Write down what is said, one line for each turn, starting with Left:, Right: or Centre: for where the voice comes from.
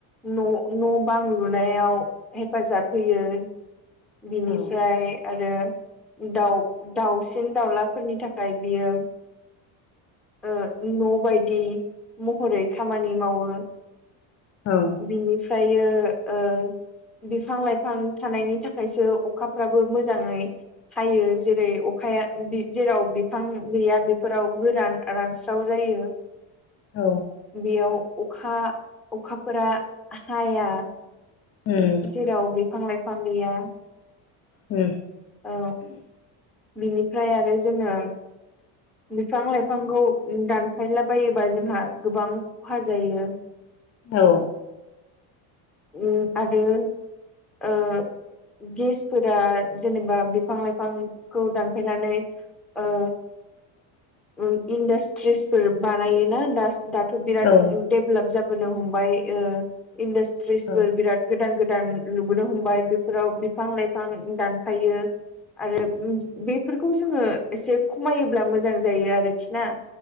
Centre: न' न' बां लुनायाव हेफाजाब होयो। बिनिफ्राय
Left: औ
Centre: आरो दाउ दाउसिन दाउलाफोरनि थाखाय बियो ओ न' बायदि महरै खामानि मावो।
Left: औ।
Centre: बिनिफ्रायो ओ बिफां लाइफां थानायनि थाखायसो अखाफ्राबो मोजाङै हायो जेरै अखाया जेराव बिफां गैया बेफोराव गोरान रानस्राव जायो।
Left: औ
Centre: बेयाव अखा अखाफोरा हाया।
Left: उ।
Centre: जेराव बिफां लाइफां गैया।
Left: उ।
Centre: औ बिनिफ्राय आरो जोङो। बिफां लाइफांखौ दानफायला बायोबा जोंहा गोबां खहा जायो।
Left: औ।
Centre: आरो। गेसफोरा जेनेबा बिफां लाइफांखौ दानफायनानै। ओ इन्डासट्रिसफोर बानायोनाास। दाथ' बिराद
Left: औ
Centre: देभलप जाबोनो हमबाय। ओ इन्डास्ट्रिसफोर
Left: औ
Centre: बिराद गोदान गोदान‌ लुबोनो हमबाय बेफोराव बिफां लाइफां दानफायो। आरो बेफोरखौ जोङो एसे खमायोब्ला मोजां जायो आरोखि ना।